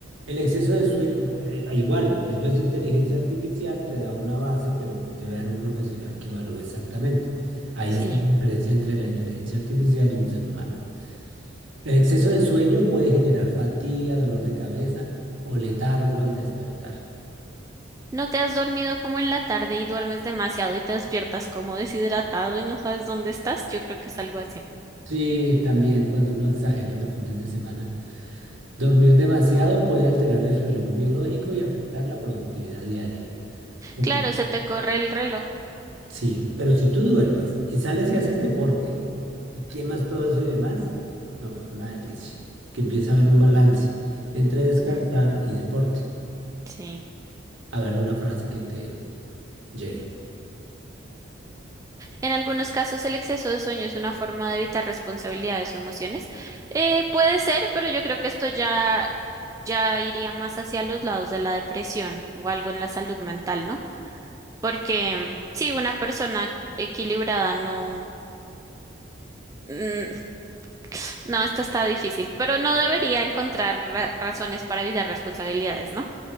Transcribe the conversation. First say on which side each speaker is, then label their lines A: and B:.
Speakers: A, on the right; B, on the right.
A: El exceso de sueño, ba- eh, ah, igual, eso es inteligencia artificial, te da una base, pero debe haber un profesional que evalúe exactamente. Ahí
B: sí.
A: está la diferencia entre la inteligencia artificial y un ser humano. El exceso de sueño puede generar fatiga, dolor de cabeza o letargo al despertar.
B: No te has dormido como en la tarde y duermes demasiado y te despiertas como deshidratado y no sabes dónde estás. Yo creo que es algo así.
A: Sí, también cuando uno exagera los fines de semana. Dormir demasiado puede alterar el reloj biológico y afectar la productividad diaria. Ok.
B: Claro, se te corre el reloj.
A: Sí, pero si tú duermes y sales y haces deporte y quemas todo eso y demás, no, pues una delicia. Que empieza a haber
B: Mm,
A: un balance entre descansar
B: ujú,
A: y deporte.
B: Sí.
A: A ver una frase que te llegue.
B: En algunos casos, el exceso de sueño es una forma de evitar responsabilidades o emociones. Eh, puede ser, pero yo creo que esto ya, ya iría más hacia los lados de la depresión o algo en la salud mental, ¿no? Porque mm, sí, una persona equilibrada no, mm, <sniffs> no, esto está difícil, pero no debería encontrar ra- razones para evitar responsabilidades, ¿no?